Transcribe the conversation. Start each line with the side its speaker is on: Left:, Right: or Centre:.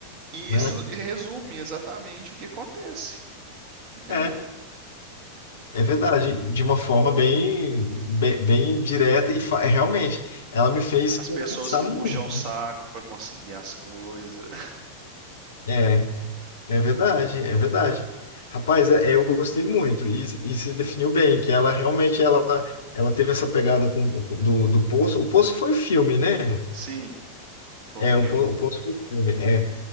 Right: E
Left: né?
Right: isso resume exatamente o que acontece. Entendeu?
Left: É. É verdade, de uma forma bem, be- bem, direta e fa- realmente, ela me fez
Right: As
Left: pensar
Right: pessoas que
Left: muito.
Right: puxam o saco pra conseguir as coisas. <laughs>
Left: É, é verdade, é verdade. Rapaz, é- eu gostei muito e, e se definiu bem que ela realmente ela, ela teve essa pegada com, do, do Poço. O Poço foi o filme, né?
Right: Sim, foi
Left: É,
Right: um filme.
Left: o, Po- o Poço foi o filme. É,